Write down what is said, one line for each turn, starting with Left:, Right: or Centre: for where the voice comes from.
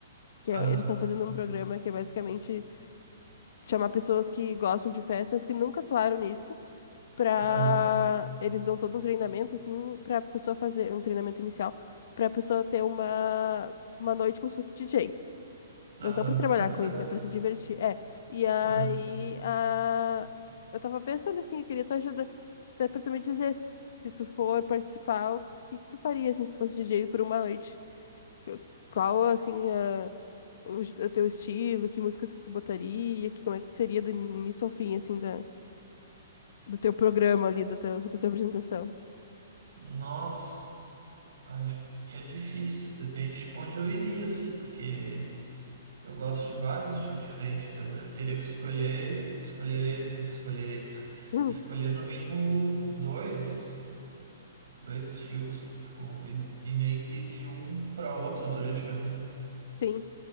Left: que
Right: aham,
Left: é- eles estão fazendo um programa que é basicamente chamar pessoas que gostam de festas, que nunca atuaram nisso, pra.
Right: aham,
Left: Eles dão todo um treinamento, assim, pra pessoa fazer, um treinamento inicial, pra pessoa ter uma, uma noite como se fosse DJ.
Right: aham.
Left: Mas não para trabalhar
Right: Ah, que
Left: com
Right: legal.
Left: isso, é para se divertir. É. E aí,
Right: Aham.
Left: a... eu tava pensando assim, eu queria tua ajuda até para tu me dizer se, se tu for participar, o que que tu faria assim se tu fosse DJ por uma noite? Eu- Qual assim a... o... j- o teu estilo, que músicas que tu botaria, que como é que seria do início ao fim assim da... do teu programa ali, da tua, da tua apresentação? <laughs>
Right: Nossa, acho que é difícil. Depende de onde eu iria, assim, porque eu gosto de vários estilos diferentes. então Eu acho que teria que escolher, escolherei, escolherei, <laughs>
Left: Hum,
Right: escolher no mínimo dois, dois estilos, tipo, e, e meio que de um para outro durante a,
Left: Sim.